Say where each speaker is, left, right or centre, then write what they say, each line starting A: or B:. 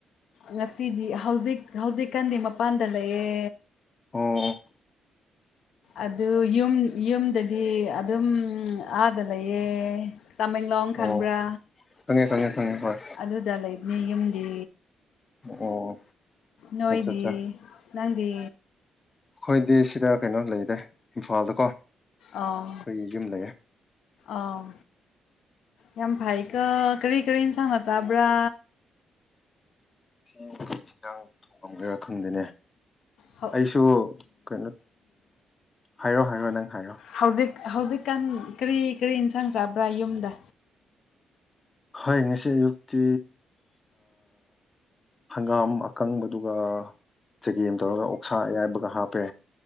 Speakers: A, on the left; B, on the left.
A: ꯉꯁꯤꯗꯤ ꯍꯧꯖꯤꯛ ꯍꯧꯖꯤꯛꯀꯥꯟꯗꯤ ꯃꯄꯥꯟꯗ ꯂꯩꯌꯦ
B: ꯑꯣꯝ
A: ꯑꯗꯨ ꯌꯨꯝ ꯌꯨꯝꯗꯗꯤ ꯑꯗꯨꯝ ꯑꯥꯗ ꯂꯩꯌꯦ ꯇꯥꯃꯦꯡꯂꯣꯡ
B: ꯑꯣ
A: ꯈꯪꯕ꯭ꯔꯥ
B: ꯈꯪꯉꯦ ꯈꯪꯉꯦ ꯈꯪꯉꯦ ꯍꯣꯏ
A: ꯑꯗꯨꯗ ꯂꯩꯕꯅꯤ ꯌꯨꯝꯗꯤ
B: ꯑꯣ
A: ꯅꯣꯏꯗꯤ
B: ꯑꯠꯆꯥ ꯑꯠꯆꯥ
A: ꯅꯪꯗꯤ
B: ꯑꯩꯈꯣꯏꯗꯤ ꯁꯤꯗ ꯀꯩꯅꯣ ꯂꯩꯔꯦ ꯏꯝꯐꯥꯜꯗꯀꯣ
A: ꯑꯣ
B: ꯑꯩꯈꯣꯏꯒꯤ ꯌꯨꯝ ꯂꯩꯌꯦ
A: ꯑꯥꯎ ꯌꯥꯝ ꯐꯩꯀ ꯀꯔꯤ ꯀꯔꯤ ꯑꯦꯟꯁꯥꯡꯅ ꯇꯥꯕ꯭ꯔꯥ
B: ꯏ ꯑꯩꯈꯣꯏ ꯏꯤꯟꯖꯥꯡ ꯊꯣꯡꯉꯝꯒꯦꯔꯥ ꯈꯪꯗꯦꯅꯦ
A: ꯍ
B: ꯑꯩꯁꯨ ꯀꯩꯅꯣ ꯍꯥꯏꯔꯣ ꯍꯥꯏꯔꯣ ꯅꯪ ꯍꯥꯏꯔꯣ
A: ꯍꯧꯖꯤꯛ ꯍꯧꯖꯤꯛꯀꯥꯟ ꯀꯔꯤ ꯀꯔꯤ ꯏꯟꯁꯥꯡ ꯆꯥꯕ꯭ꯔꯥ ꯌꯨꯝꯗ
B: ꯍꯣꯏ ꯉꯁꯤ ꯑꯌꯨꯛꯇꯤ ꯍꯪꯒꯥꯝ ꯑꯀꯪꯕꯗꯨꯒ ꯆꯒꯦꯝ ꯇꯧꯔꯒ ꯑꯣꯛꯁꯥ ꯑꯌꯥꯏꯕꯒ ꯍꯥꯞꯄꯦ